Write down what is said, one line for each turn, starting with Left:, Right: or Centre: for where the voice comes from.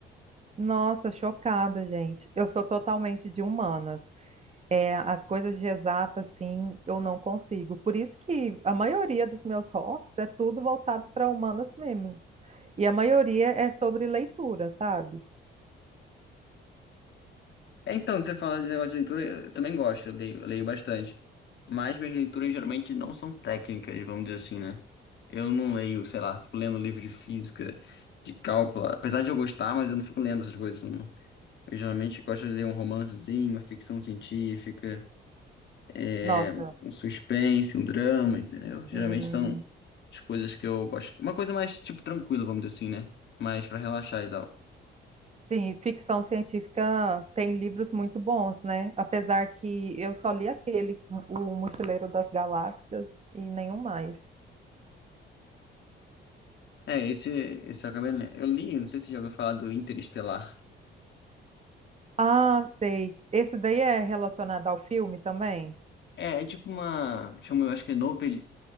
Right: Nossa, chocada, gente. Eu sou totalmente de humanas. É, as coisas de exata, assim, eu não consigo. Por isso que a maioria dos meus hobbies é tudo voltado para humanas mesmo. E a maioria é sobre leitura, sabe?
Left: É, então, você fala de negócio de leitura, eu eu também gosto, eu leio, eu leio bastante. Mas minhas leituras geralmente não são técnicas, vamos dizer assim, né? Eu não leio, sei lá, fico lendo livro de física, de cálculo. Apesar de eu gostar, mas eu não fico lendo essas coisas, não. Eu geralmente gosto de ler um romancezinho, uma ficção científica, é,
Right: Nossa.
Left: um suspense, um drama, entendeu? Geralmente
Right: Hum,
Left: são as coisas que eu gosto. Uma coisa mais, tipo, tranquila, vamos dizer assim, né? Mais pra relaxar e tal.
Right: sim, ficção científica tem livros muito bons, né? Apesar que eu só li aquele, O Mochileiro das Galáxias, e nenhum mais.
Left: É, esse, esse eu acabei lendo. Eu li, não sei se você já ouviu falar do Interestelar.
Right: Ah, sei. Esse daí é relacionado ao filme também?
Left: É, é tipo uma. Chama, eu acho que é novel,